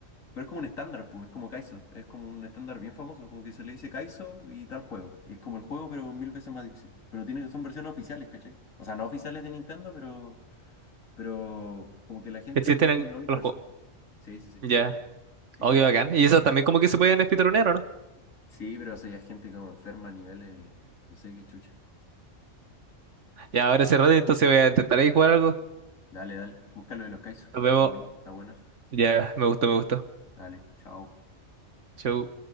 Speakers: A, on the left; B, on the right.
A: Pero es como un estándar, pues, es como Kaizo. Es como un estándar bien famoso. Como que se le dice Kaizo y tal juego. Y es como el juego, pero mil veces más difícil. Pero tiene, son versiones oficiales, ¿cachai? O sea, no oficiales de Nintendo, pero, pero como que la gente
B: Existen
A: conoce
B: en
A: la única
B: los
A: versión.
B: juegos.
A: Sí, sí, sí.
B: Ya.
A: Sí,
B: Oh,
A: entre-
B: qué bacán. Y
A: entre
B: eso también
A: uno.
B: como que se pueden speedronear, ¿o no?
A: Sí, pero eso ya es gente como enferma a niveles, no sé qué chucha.
B: Ya, ahora cerrado, entonces voy a intentar ahí jugar algo.
A: Dale, dale, búscalo de los Kaizo.
B: Nos vemos.
A: Está bien, está bueno. eso.
B: Ya, me gustó, me gustó.
A: Dale, chao.
B: Chau.